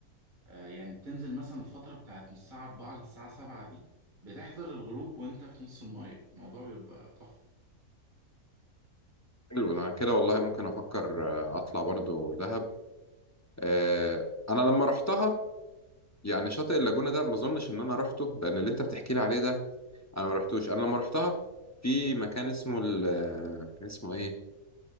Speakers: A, on the right (about 35°); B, on the left (about 20°).
A: آه، يعني بتنزل مثلا الفتره بتاعت من الساعه 4 للساعه 7 دي بتحضر الغروب وانت في نص الميه الموضوع يبقى تحفه
B: حلو انا كده والله ممكن افكر آه، اطلع برضو دهب آه انا لما رحتها يعني شاطئ اللاجونة ده ما اظنش ان انا رحته لان اللي انت بتحكي لي عليه ده انا ما رحتوش انا لما رحتها في مكان اسمه ال آه، كان اسمه ايه